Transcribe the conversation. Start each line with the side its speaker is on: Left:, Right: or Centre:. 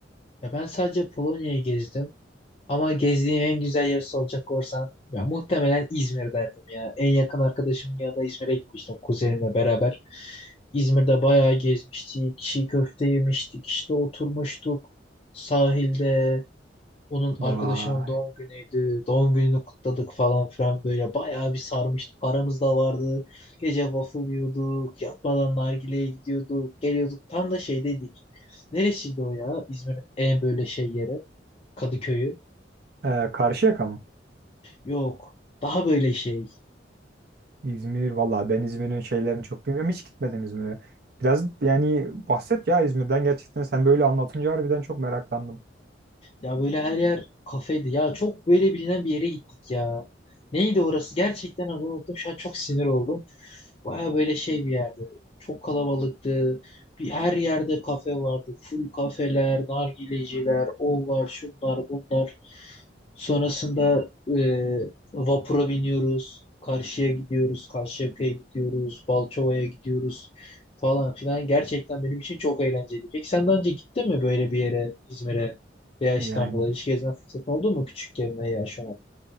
Left: Ya ben sadece Polonya'yı gezdim. Ama gezdiğim en güzel yeri soracak olursan ya muhtemelen İzmir derdim ya. En yakın arkadaşımın yanında İzmir'e gitmiştim kuzenimle beraber. İzmir'de bayağı gezmiştik. Çiğ köfte yemiştik. işte oturmuştuk sahilde. Onun
Right: Vay.
Left: arkadaşımın doğum günüydü. Doğum gününü kutladık falan filan böyle. Bayağı bir sarmıştı. Paramız da vardı. Gece waffle yiyorduk. Yatmadan nargileye gidiyorduk. Geliyorduk. Tam da şeydeydik. Neresiydi o ya? İzmir'in en böyle şey yeri. Kadıköy'ü.
Right: Ee, Karşıyaka mı?
Left: Yok. Daha böyle şey.
Right: İzmir. Valla ben İzmir'in şeylerini çok bilmiyorum. Hiç gitmedim İzmir'e. Biraz yani bahset ya İzmir'den gerçekten. Sen böyle anlatınca harbiden çok meraklandım.
Left: Ya böyle her yer kafeydi. Ya çok böyle bilinen bir yere gittik ya. Neydi orası? Gerçekten adını unuttum. Şu an çok sinir oldum. Baya böyle şey bir yerdi. Çok kalabalıktı. Bir her yerde kafe vardı. Full kafeler, nargileciler, onlar, şunlar, bunlar. Sonrasında e, vapura biniyoruz. Karşıya gidiyoruz. Karşıyaka'ya gidiyoruz. Balçova'ya gidiyoruz falan filan. Gerçekten benim için çok eğlenceliydi. Peki sen daha önce gittin mi böyle bir yere, İzmir'e? Veya İstanbul'a
Right: Yani
Left: hiç gezme fırsatı oldu mu küçükken veya şu an?